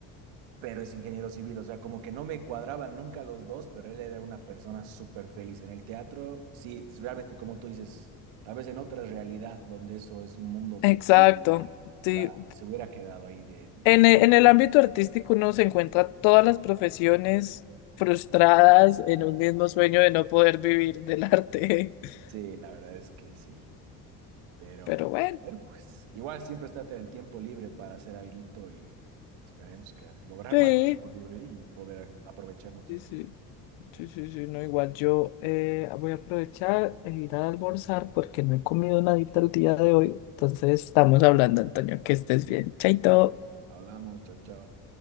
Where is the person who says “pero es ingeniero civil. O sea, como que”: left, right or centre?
Right